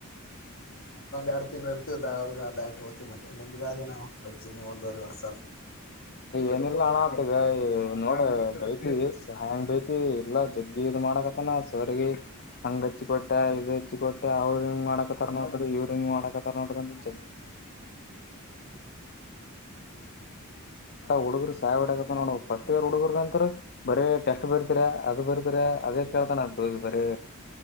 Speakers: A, on the left (about 65°); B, on the left (about 50°).
A: ಎರಡ್ ತಿಂಗ್ಳ ಇರ್ತವಿ ಅವ್ರಗ ಅದ ಆ ಇಟ್ ಹಓ್ತವಿ ಮತ್ತ ಒಮಗ ಅ ನಾವು ವಜ್ಜನ ಒಂದವರೆ ವರ್ಷ
B: ಏನಿಲ್ಲ ಹಣ ಆತಗ ನೋಡ ಬೈತ್ ಹೆಯಾಂಗ ಬೈತ್ ಎಲ್ಲಾ ಜಗ್ಗಿ ಹೆನ್ ಮಾಡಕತ್ತನ ಸರ್ ಗೆ ಹಂಗ್ ಹಚ್ ಕೊಟ್ಟೆ ಇದ್ ಹಚ್ಚಕೊಟ್ಟೆ ಅವ್ರ ಹಂಗ ಮಾಡಾಕತ ನೋಡ್ರಿ ಇವ್ರ ಹಿಂಗ ಮಾಡಾಕಾರ ನೋಡ್ರಿ ಅ <unintelligible> ಹುಡುಗ್ರರು ಸಾವಿಡಕತ್ತ ನೋಡ ಫಸ್ಟ್ ಇಯರ್ ಹುಡುಗರ್ಗ ಅಂತ್ರ ಬರೇ ಟೆಸ್ಟ್ ಬರಿತೀರ ಅದು ಬರ್ತೀರಿ ಅದೇ ಕೇಳ್ತಾನಂತೋಬರಿ